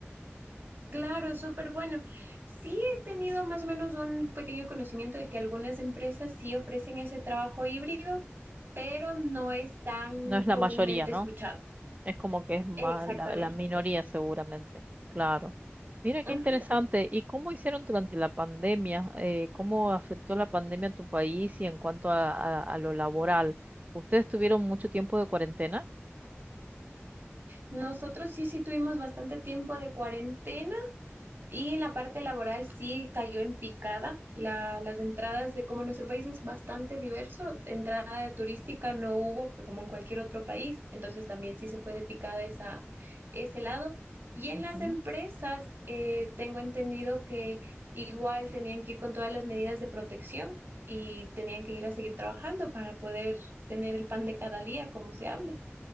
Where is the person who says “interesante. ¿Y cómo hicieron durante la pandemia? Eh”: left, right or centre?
Right